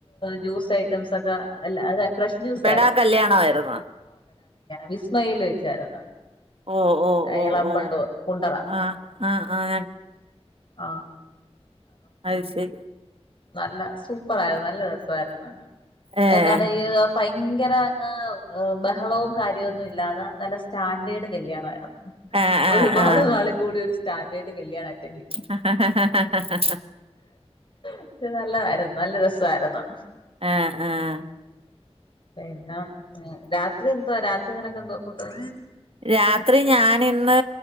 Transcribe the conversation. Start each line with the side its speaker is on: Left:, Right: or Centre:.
Left: ജ്യൂസ് ഐറ്റംസ് ഒക്കെ അല്ല അതെ ഫ്രഷ് ജ്യൂസ്
Right: ബെടാ കല്യാണായിരുന്നോ
Left: വിസ്മയേൽ വെച്ചാര്ന്ന്
Right: ഓ ഓ ഓ
Left: എളമ്പള്ളൂർ
Right: ഓ
Left: കുണ്ടറ
Right: ആഹ് ആഹ് ആഹ്
Left: ആ
Right: അയ്ശരി
Left: നല്ല സൂപ്പർ ആയിര്ന്ന് നല്ല രസായിര്ന്ന്
Right: ഏഹ്
Left: എന്താണ് ഭയങ്കര ങ്ങ് ബഹളവും കാര്യവും ഒന്നും ഇല്ലാതെ നല്ല സ്റ്റാൻഡേർഡ് കല്യാണമായിരുന്നു
Right: ആഹ് ആഹ്
Left: ഒരുപാട് നാള് കൂടി ഒരു സ്റ്റാൻഡേർഡ് കല്യാണായിരുന്നു
Right: ഹ ഹഹഹ
Left: ഇത് നല്ലതായിരുന്നു നല്ല രസായിരുന്നു
Right: ആഹ് ആഹ്
Left: എന്ന രാത്രി രാത്രി നിനക്കെന്തോ ഫുഡ്
Right: രാത്രി ഞാനിന്ന്